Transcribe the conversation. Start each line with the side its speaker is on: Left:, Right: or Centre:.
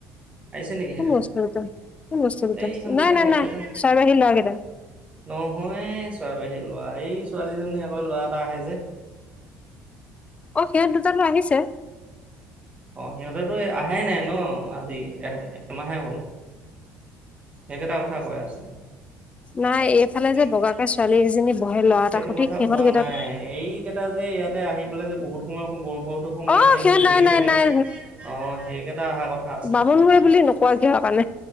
Right: আহিছে নেকি
Left: কোন
Right: সেই কথা
Left: বস্তু দুটা কোন বস্তু দুটা
Right: এই স,
Left: নাই
Right: কথা
Left: নাই
Right: হে
Left: নাই
Right: কথা
Left: চৰাই বাহী ল'ৰা কেইটা
Right: নহয় চৰা বাহী ল'ৰা সেই ছোৱালীজনী আকৌ ল'ৰা এটা আহে যে।
Left: অ, সিহঁত দুটাতো আহিছে।
Right: অ, সিহঁতেতো আহাই নাই ন আজি এ, এমাহে হ'ল। সেইকেইটা কথা কৈ আছো।
Left: নাই এইফালে বগাকে
Right: ফালে যে
Left: ছোৱালী এজনী বহে ল'ৰা এটা
Right: সেইটো
Left: সতি
Right: কথা
Left: সিহঁত
Right: কোৱা
Left: কেইটাত
Right: নাই এই কেইটা যে ইয়াতে আহি পেলাই যে বহুত সময় বৰত সময়
Left: অ
Right: এনেই
Left: সিহঁত
Right: যে বহি
Left: নাই
Right: থাকে
Left: নাই নাই
Right: অ, সেইকেইটা অহা কথা। আছিলে
Left: বামুণগে
Right: সিহঁত
Left: বুলি নকোৱা কিহৰ কাৰণে